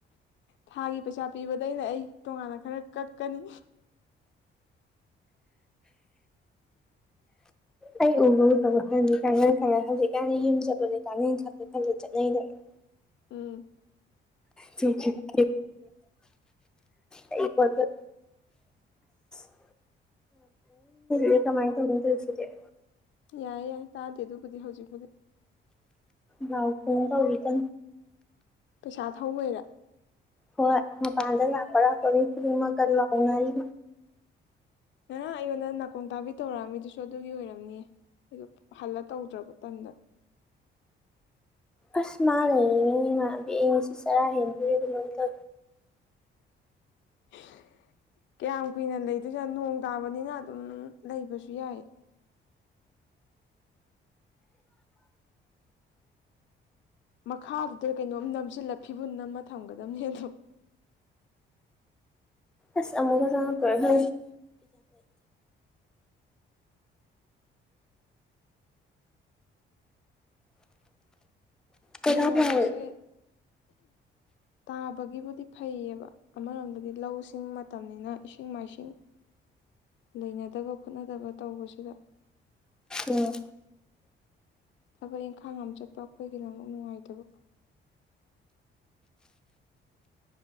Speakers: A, on the left; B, in the centre.
A: ꯊꯥꯒꯤ ꯄꯩꯁꯥ ꯄꯤꯕꯗ ꯑꯩꯅ ꯑꯩ ꯇꯣꯉꯥꯟꯅ ꯈꯔ ꯀꯛꯀꯅꯤ
B: ꯑꯩ ꯎꯕ ꯎꯗꯕ ꯈꯜꯦ ꯀꯥꯡꯈꯜ ꯈꯪꯂ ꯍꯧꯖꯤꯛꯀꯥꯟꯗꯤ ꯌꯨꯝ ꯆꯠꯄꯁꯦ ꯀꯥꯡꯈꯜ ꯈꯜꯂ ꯈꯜꯂ ꯆꯠꯅꯩꯗꯅ <inaudible>
A: ꯎꯝ
B: ꯁ ꯀ <inaudible> ꯑꯩ ꯑꯁ <inaudible> ꯌꯦꯒ ꯃꯥꯏꯇꯁꯤ <inaudible>
A: ꯌꯥꯏ ꯌꯥꯏ ꯇꯥꯗꯦ ꯑꯗꯨꯕꯨꯗꯤ ꯍꯧꯖꯤꯛꯄꯨꯗꯤ
B: ꯂꯥꯎ ꯐꯟ ꯇꯧꯔꯤ ꯀ
A: ꯄꯩꯁꯥ ꯊꯧꯕꯩꯔ
B: ꯍꯣꯏꯗ ꯂꯀ ꯄꯔꯤ ꯐꯔꯤ ꯃꯒ ꯂꯥꯎꯅꯔꯤ
A: ꯅ ꯑꯩꯉꯣꯟꯗ ꯅꯥꯀꯣꯡ ꯇꯥꯕꯤ ꯇꯧꯔꯛꯑꯝꯃꯤꯗꯨꯁꯨ ꯑꯗꯨꯒꯤ ꯑꯣꯏꯔꯝꯅꯤꯌꯦ ꯑꯩꯗꯣ ꯍꯜꯂ ꯇꯧꯗ꯭ꯔꯕ ꯇꯟꯗꯅ
B: ꯑꯁ ꯃꯥ ꯂꯩꯔꯤꯉꯅꯤ ꯃꯥꯕꯤ ꯑꯩ ꯉꯁꯤ ꯆꯔꯥ ꯍꯦꯟꯕꯤꯔꯒꯤꯛꯇ
A: <inaudible> ꯀꯌꯥꯝ ꯀꯨꯏꯅ ꯂꯩꯗꯣꯏꯖꯦ ꯅꯣꯡ ꯇꯥꯕꯅꯤꯅ ꯑꯗꯨꯝ ꯂꯩꯕꯁꯨ ꯌꯥꯏ ꯃꯈꯥꯗꯨꯗ ꯀꯩꯅꯣꯝ ꯅꯝꯁꯤꯜꯂ ꯐꯤꯕꯨꯟ ꯑꯃ ꯊꯝꯒꯗꯕꯅꯤ ꯑꯗꯣ
B: ꯑꯁ ꯑꯃꯨꯒ ꯁꯔꯖ ꯀꯣꯏꯂꯥꯎ
A: ꯅꯣꯡꯁꯦ
B: ꯂꯥꯎꯋꯦ
A: ꯇꯥꯕꯒꯤꯕꯨꯗꯤ ꯐꯩꯌꯦꯕ ꯑꯃꯔꯣꯝꯗꯗꯤ ꯂꯧꯁꯤꯡ ꯃꯇꯝꯅꯤꯅ ꯏꯁꯤꯡ ꯃꯥꯏꯁꯤꯡ ꯂꯩꯅꯗꯕ ꯈꯣꯠꯅꯗꯕ ꯇꯧꯕꯁꯤꯗ
B: ꯎꯝ
A: ꯊꯕꯛ ꯏꯪꯈꯥꯡ ꯑꯃ ꯆꯠꯄ ꯑꯩꯈꯣꯏꯒꯤꯅ ꯑꯃꯨꯛ ꯅꯨꯡꯉꯥꯏꯇꯕ